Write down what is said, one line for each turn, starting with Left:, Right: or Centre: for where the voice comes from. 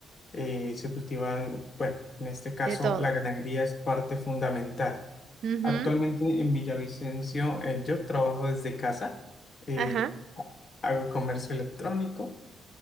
Left: eh, se cultivan, bueno, en este caso
Right: de todo.
Left: la ganadería es parte fundamental.
Right: Ujú,
Left: Actualmente en Villavicencio eh, yo trabajo desde casa, eh,
Right: ajá,
Left: hago comercio electrónico